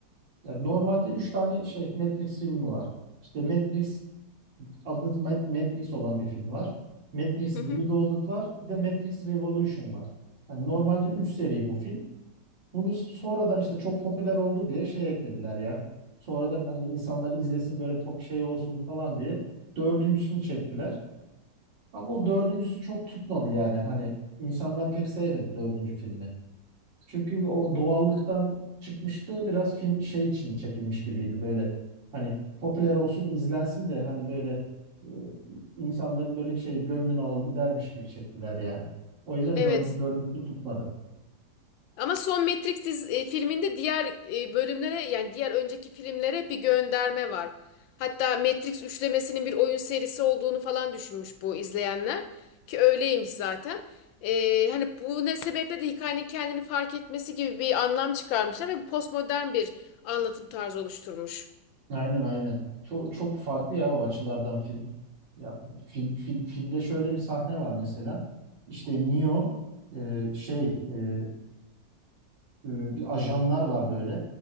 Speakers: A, on the right (about 75°); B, on the left (about 85°).
A: Ya normalde 3 tane şey Matrix filmi var. İşte Matrix adı Mat- Matrix olan bir film var. Matrix
B: hı
A: Reloaded
B: hı,
A: var. Bir de Matrix Revolution var. Hani normalde 3 seri bu film. Bunu sonradan işte çok popüler oldu diye şey eklediler ya. Sonradan hani insanlar izlesin böyle pop şey olsun falan diye dördüncüsünü çektiler. Ama o dördüncüsü çok tutmadı yani. Hani insanlar pek sevmedi dördüncü filmi. Çünkü o doğallıktan çıkmıştı. Biraz film şey için çekilmiş gibiydi böyle. Hani popüler olsun, izlensin de hani böyle e, insanların böyle şey gönlünü alalım dermiş gibi çektiler yani. O yüzden
B: evet.
A: dördüncü, dördüncüsü tutmadı.
B: Ama son Matrix diz- e, filminde diğer e, bölümlere yani diğer önceki filmlere bir gönderme var. Hatta Matrix üçlemesinin bir oyun serisi olduğunu falan düşünmüş bu izleyenler. Ki öyleymiş zaten. Ee, hani bu ne sebeple de hikayenin kendini fark etmesi gibi bir anlam çıkarmışlar ve postmodern bir anlatım tarzı oluşturmuş.
A: Aynen aynen. Çok çok farklı ya o açılardan film. Ya fil- fil- filmde şöyle bir sahne var mesela. İşte Neo e, şey e, e, bir ajanlar var böyle.